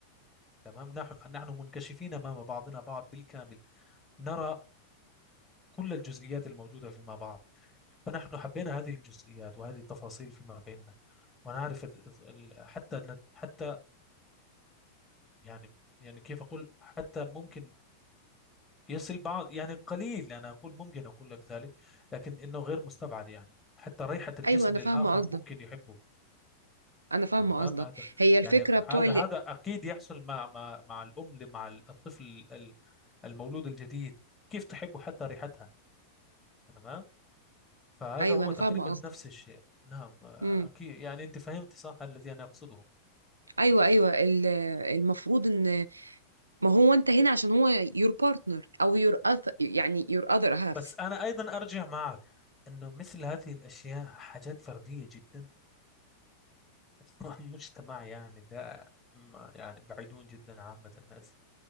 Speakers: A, on the left (about 20°); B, on the right (about 75°).
A: تمام نحن نحن منكشفين أمام بعضنا بعض بالكامل نرى كل الجزئيات الموجودة فيما بعض فنحن حبينا هذه الجزئيات وهذه التفاصيل فيما بيننا ونعرف ال... ال... حتى حتى يعني يعني كيف أقول حتى ممكن يصل بعض يعني قليل أنا أقول ممكن أقول لك ذلك لكن إنه غير مستبعد يعني حتى ريحة الجسم
B: ايوه انا
A: للآخر
B: فاهمه قصدك
A: ممكن يحبه
B: انا فاهمه
A: تمام
B: قصدك
A: هذا
B: هي الفكره
A: يعني
B: بتوع
A: هذا
B: اللي...
A: هذا اكيد يحصل مع مع مع الام ل- مع الطفل ال- المولود الجديد كيف تحب حتى ريحتها تمام فهذا
B: ايوه
A: هو
B: انا
A: تقريبا
B: فاهمه قصدك
A: نفس الشيء نعم آه،
B: امم
A: اكيد يعني انت فهمت صح الذي انا اقصده
B: ايوه ايوه ال- المفروض ان ما هو انت هنا عشان هو your partner او your other يعني your other half
A: بس انا ايضا ارجع معك انه مثل هذه الاشياء حاجات فرديه جدا والمجتمع <laughs> يعني لا ما- يعني بعيدون جدا عامه الناس